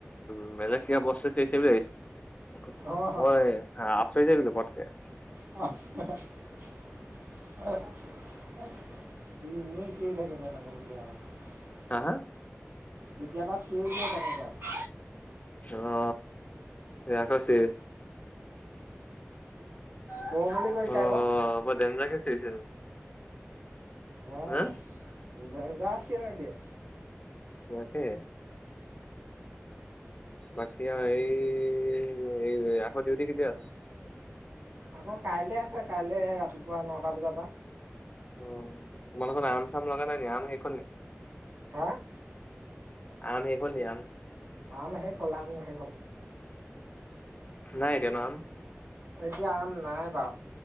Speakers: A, on the left; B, on the right.
A: <unintelligible> বেলেগ কিবা বস্তুৱে চিঞৰিছে বুলি ভাবিছো <unintelligible>
B: অঁ
A: আচৰিত হৈ গ'লো পতকে
B: অহ <inaudible> ই ইনেই চিঞৰি থাকে তাৰ লগৰ <unintelligible>
A: হা হা
B: কেতিয়াবা চিঞৰি দিয়ে তেনেকা
A: অ এই আকো <unintelligible>
B: কওঁ বুলি কৈছে
A: অ
B: আকৌ।
A: বৰ ডেঞ্জাৰ কে চিঞৰিছে
B: অ ডেঞ্জাৰ
A: হা
B: চিঞৰ দিয়ে
A: পোৱাকে বাকী আৰু এই এই আকৌ ডিউটি কেতিয়া আছে
B: আকৌ কাইলে আছে কাইলে ৰাতিপুৱা নটা বজাৰ পৰা
A: অ তোমালোকৰ আম চাম লগা নাই নি আম শেষ হ'ল নি?
B: হা
A: আম শেষ হল নি আম
B: আম শেষ হ'ল আম শেষ হ'ল
A: নাই এতিয়া ন আম
B: এতিয়া আম নাই বাৰু